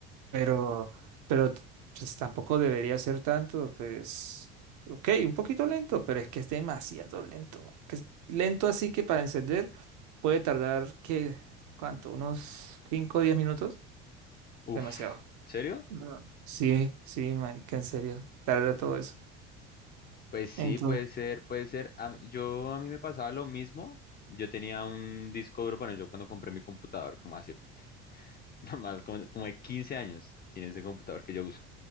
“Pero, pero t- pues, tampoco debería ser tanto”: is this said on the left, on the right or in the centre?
Right